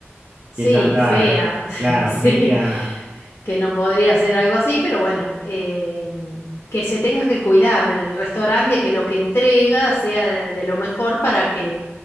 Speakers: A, on the left; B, on the right.
A: sí,
B: que ya estaba,
A: fea,
B: claro,
A: <laughs> sí,
B: fea.
A: que no podría ser algo así, pero bueno, eh, que se tenga que cuidar el restaurante, que lo que entrega sea de, de lo mejor para que